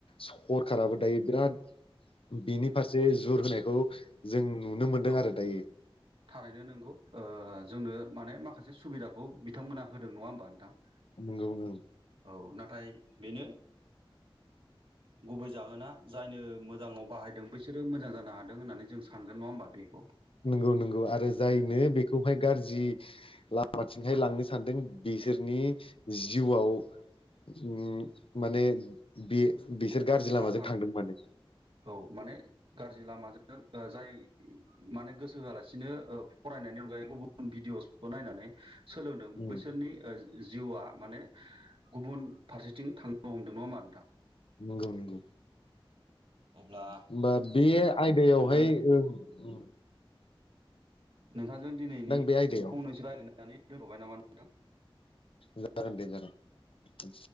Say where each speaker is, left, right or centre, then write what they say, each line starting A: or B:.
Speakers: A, on the left; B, on the right.
A: सरखाराबो दायो बिराद बिनि फारसे जुर होनायखौ जों नुनो मोनदों
B: औ
A: आरो दायो ।
B: थारैनो नंगौ ओ जोंनो माने माखासे से सुबिदाखौ बिथांमोनहा होदों नङा होमबा नोंथां?
A: नोंगौ नों
B: औ नाथाय बेनो गुबै जाहोना जायनो मोजाङाव बाहायदों बैसोरो मोजां जानो हादों होननानै जों सानगोन नङा होमबा बेख'।
A: नंगौ नंगौ आरो जायनो बेखौहाय गाज्रि लामाथिंहाय लांनो सानदों बिसोरनि जिउआव उम माने बे बिसोर गाज्रि लामाजों
B: जाखां
A: थांदों माने
B: औ माने गाज्रि लामाजो ओ आ जाय माने गोसो होआलासिनो ओ फरायनायनि अनगायै गुबुन भिडिअ'स नायनानै सोलोंदों
A: उम
B: बैसोरनि ओस जिउआ माने गुबुन फारसेथिं थांनो हमदों नङा मा नोंथां?
A: नंगौ नंगौ
B: अब्ला
A: होमबा बे आयदायावहाय
B: नोंथांजों
A: ओ उम
B: नोंथांजों दिनैनि
A: बे आयदायाव
B: फंनैसो रायलायनानै दोनथ'बाय नामा <unintelligible>
A: जागोन दे जागोन